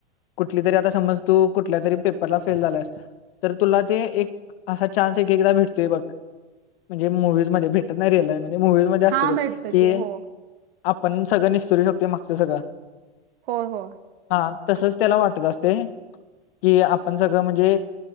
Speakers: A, on the left (about 65°); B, on the right (about 65°).
A: कुठली तरी आता समज तू कुठल्या तरी पेपरला फेल झाल्यास तर तुला ते एक असा चान्स एक एकदा भेटतोय बघ म्हणजे मूवीज मध्ये भेटत नाही रिलय म्हणजे मूवी मध्ये असतय
B: हा
A: बग
B: भेटतो
A: की
B: हो
A: आपण सगळं निस्तरू शकत मागचं सगळं
B: हो हो.
A: हा तसच त्याला वाटत असते की आपण सगळं म्हणजे